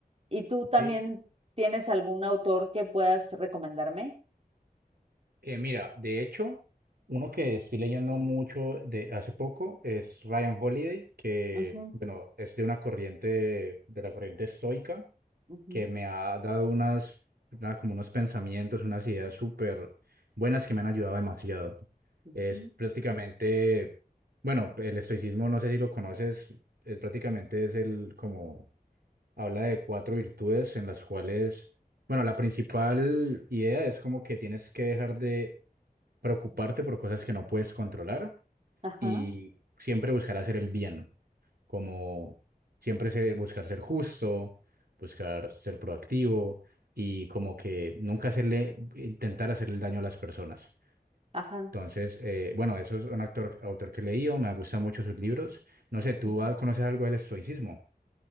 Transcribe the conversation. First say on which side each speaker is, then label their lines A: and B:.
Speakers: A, on the right; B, on the right.
A: ¿Y tú
B: Ok.
A: también tienes algún autor que puedas recomendarme?
B: Eh, mira, de hecho, uno que estoy leyendo mucho de hace poco es Ryan Holiday, que,
A: Ujú,
B: bueno, es de una corriente, de la corriente estoica,
A: ujú,
B: que me ha dado unas, una- como unos pensamientos, unas ideas súper buenas que me han ayudado demasiado.
A: ujú.
B: Es prácticamente, bueno, el estoicismo, no sé si lo conoces, es prácticamente es el, como, habla de cuatro virtudes en las cuales... Bueno, la principal idea es como que tienes que dejar de preocuparte por cosas que no puedes controlar
A: Ajá.
B: y siempre buscar hacer el bien, como siempre ser- buscar ser justo, buscar ser proactivo y como que nunca hacerle, intentar hacerle el daño a las personas.
A: Ajá.
B: Entonces, eh, bueno, eso es un actor, autor que he leído, me gustan mucho sus libros. No sé, ¿tú
A: ujú.
B: ah, conoces algo del estoicismo?